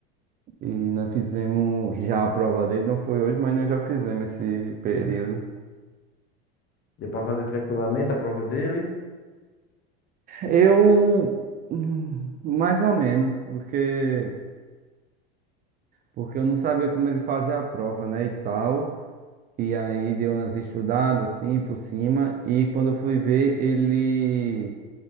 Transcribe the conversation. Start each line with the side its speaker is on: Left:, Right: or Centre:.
Right: e, e nós fizemos já a prova dele, não foi hoje, mas nós já fizemos esse período.
Left: Deu para fazer tranquilamente a prova dele.
Right: Eu, hum, mais ou menos, porque, porque eu não sabia como ele fazia a prova, né, e tal. E aí deu umas estudadas assim por cima e quando eu fui ver, ele,